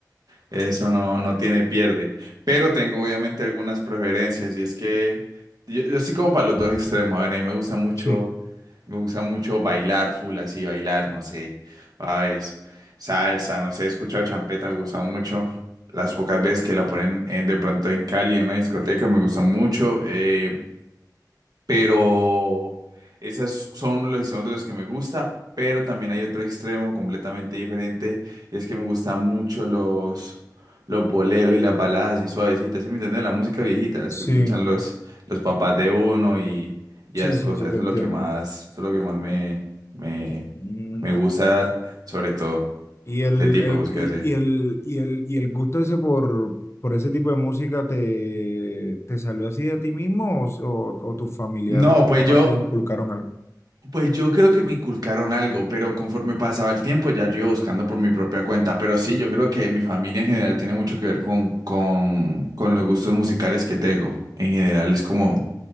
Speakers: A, on the right (about 60°); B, on the left (about 35°).
A: Eso no, no tiene pierde. Pero tengo obviamente algunas preferencias y es que yo, yo soy como para los dos extremos. A ver, a mí me gusta mucho,
B: Sí,
A: me gusta mucho bailar full así, bailar, no sé, a veces salsa, no sé, he escuchado champeta, me gusta mucho. Las pocas veces que la ponen eh, de pronto en Cali, en una discoteca, me gusta mucho. eh, pero esas son uno de los extremos de los que me gusta, pero también hay otro extremo completamente diferente y es que me gustan mucho los, los boleros y las baladas así suavecitas, ¿sí me entiendes? La música viejita, las
B: sí,
A: que escuchan los, los papás de uno y, y
B: sí,
A: esas
B: sí,
A: cosas,
B: sí, te
A: eso
B: entiendo.
A: es lo que más, eso es lo que más me, me,
B: Mm,
A: me gusta, sobre todo,
B: Y el,
A: ese tipo
B: el,
A: de música
B: y,
A: así.
B: y el, y el, y el gusto ese por, por ese tipo de música te, te salió así de ti mismo o, o, o tus familiares,
A: No,
B: tus
A: pues
B: papás
A: yo,
B: te inculcaron algo?
A: Pues yo creo que me inculcaron algo, pero conforme pasaba el tiempo ya yo iba buscando por mi propia cuenta. Pero sí, yo creo que mi familia en general tiene mucho que ver con, con, con los gustos musicales que tengo. En general es como,